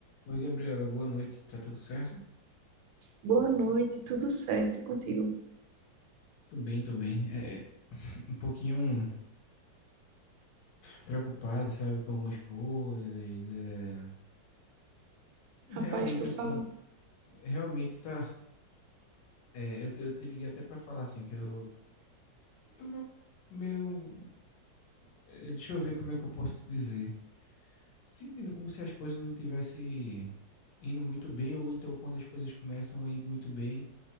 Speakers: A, on the left; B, on the right.
A: Oi, Gabriela, boa noite. Tá tudo certo?
B: Boa noite, tudo certo e contigo?
A: Tô bem, tô bem. É, um pouquinho preocupado, sabe, com algumas coisas. É, realmente,
B: Rapaz, tu
A: assim,
B: falando.
A: realmente tá. é, eu, eu te liguei até pra falar, assim, que eu tô meio, meio. é, Deixa eu ver como é que eu posso te dizer. Sentindo como se as coisas não tivessem indo muito bem, ou então quando as coisas começam a ir muito bem.